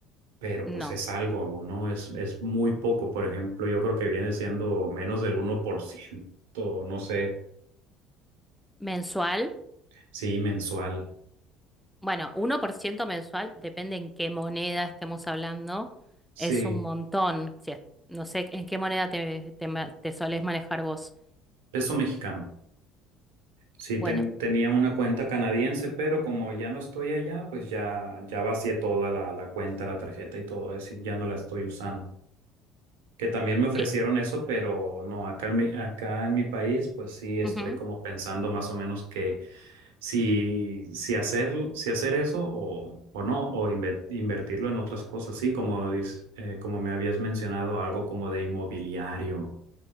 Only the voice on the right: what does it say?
pero
pues es algo, ¿no? Es, es muy poco, por ejemplo, yo creo que viene siendo menos del uno por ciento no sé,
sí, mensual.
Sí,
Peso mexicano. Sí,
ten- tenía una cuenta canadiense, pero como ya no estoy allá, pues ya, ya vacié toda la, la cuenta, la tarjeta y todo, es decir, ya no la estoy usando. Que también me ofrecieron
eso, pero no, acá en mi, acá en mi país, pues sí estoy
como pensando más o menos que si, si hacer, si hacer eso o, o no, o inve- invertirlo en otras cosas, sí, como, dis- eh, como me habías mencionado, algo como de inmobiliario.